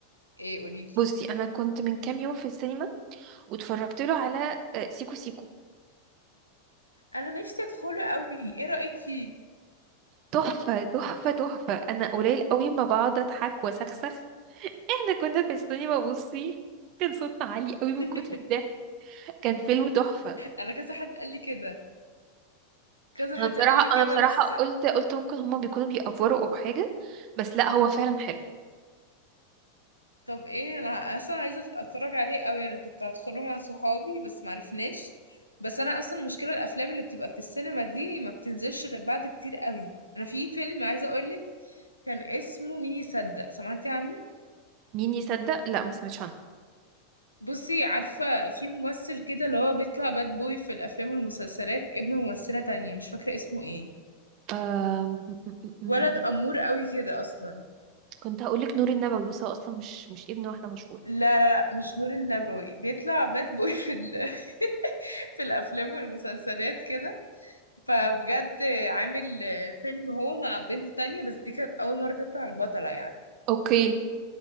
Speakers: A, on the left; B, on the right.
A: ايه قوليلي
B: بصي انا كنت من كام يوم في السينما واتفرجت له على آه، سيكو سيكو
A: انا نفسي ادخله قوي ايه رايك فيه
B: تحفة تحفة تحفة انا قليل قوي ما بقعد اضحك واسخسخ احنا كنا في السينما بصي كان صوتنا عالي قوي
A: <laughs>
B: من كتر الضحك كان فيلم تحفة
A: انا كذا حد قال لي كده كذا حد
B: انا بصراحة
A: قال لي كده
B: انا بصراحة
A: بس
B: قلت قلت ممكن هما بيكونوا بيأفوروا او حاجة بس لا هو فعلا حلو
A: طب ايه انا اصلا عايزه أت- اتفرج عليه قوي انا كنت هدخله مع صحابي بس معرفناش بس انا اصلا المشكله الافلام اللي بتبقى في السينما دي ما بتنزلش غير بعد كتير قوي انا في فيلم عايزه اقولك كان اسمه مين يصدق سمعتي عنه
B: مين يصدق لا ما سمعتش عنه
A: بصي عارفه في ممثل كده اللي هو بيطلع باد بوي في الافلام والمسلسلات ابن ممثله تانية مش فاكره اسمه ايه
B: آم، م- م- م- م.
A: ولد امور قوي كده اصلا
B: كنت هقول لك نور النبوي بس هو اصلا مش مش ابن واحدة مشهورة
A: لا لا لا مش نور النبوي بيطلع باد بوي في ال... <laughs> في الافلام والمسلسلات كده فبجد عامل فيلم هو مع بنت تانية بس دي كانت أول مرة تطلع البطلة يعني
B: اوكي